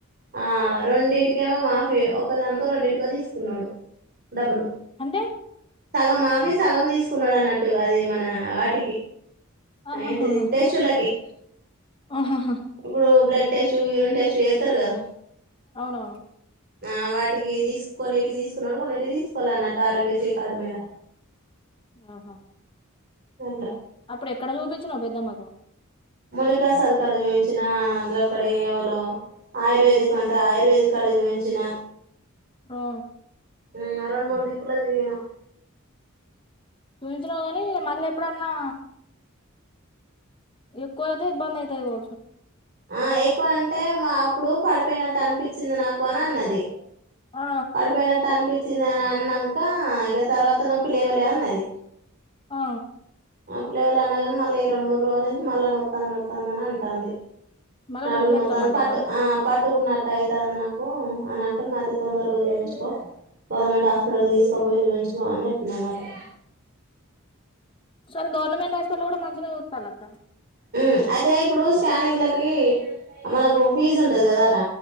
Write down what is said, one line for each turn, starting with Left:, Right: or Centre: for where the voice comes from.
Right: ఆ రెండింటికేమో మాఫీ ఒక్కదానికో రెండింటికో తీసుకున్నాడు డబ్బులు
Left: అంటే
Right: సగం మాఫీ సగం తీసుకున్నాడు అన్నట్టుగా అది మన వాటికి
Left: ఆహాహా
Right: అ ఏంటిది టెస్టలకి
Left: ఆహాహా
Right: ఇప్పుడు బ్లడ్ టెస్ట్ యురిన్ టెస్ట్ చెత్తారు కదా
Left: అవునా
Right: ఆ వాటికి తతీసుకొన్నిటికి తీసుకున్నాడు, కొన్నిటికి తీసుకోలె అన్నట్టు ఆరోగ్య శ్రీ కార్డు మీద
Left: ఆహా
Right: గట్లా
Left: అప్పుడు ఎక్కడ చూపించినావు పెద్దమ్మకు
Right: మునిప్రసాద్ కాడ చూయించినా, గక్కడ ఎవలో ఆయుర్వేదిక్ అంటే ఆయుర్వేదిక్ కాడ చూయించిన
Left: ఆ
Right: ఉ రెండ్ మూడు దీక్కులో తిరిగిన
Left: చూయించినావు గాని మళ్ళీ ఎప్పుడన్నా ఎక్కువైతే ఇబ్బందాయితది గావచ్
Right: ఆ ఎక్కువ అంటే మా అప్పుడు పడిపోయినట్టు అనిపించింది నాకు అని అన్నది
Left: ఆ
Right: పడిపోయినట్టు అ నప్పించింది అని అన్నాంకా ఇగ తర్వాత నొప్పి లేవలే అన్నది
Left: ఆ
Right: అప్పులవళ అన్నా కానీ మళ్ళీ ఈ రెండు మూడు రోజులు మళ్ళా నొత్తా నొస్తాందని అంటాంది
Left: మళ్ళీ
Right: నడుము
Left: నొప్పులేత్తందంటనా
Right: నత్త పట్ పాటుకున్న అవుతాంది నాకు అని అంటూమది తొందరగా చూపించుకో, గవర్నమెంట్ హాస్పిటల్ తీసుకోపోయి చూయించుకో చెప్పినా నాకు
Left: స గవర్నమెంట్ హాస్పిటల్ కూడా మంచిగా చూతారు క
Right: మ్ అయితే ఇప్పుడు స్కానింగ్ లకి మనకు ఫీస్ ఉండది కదా ఆర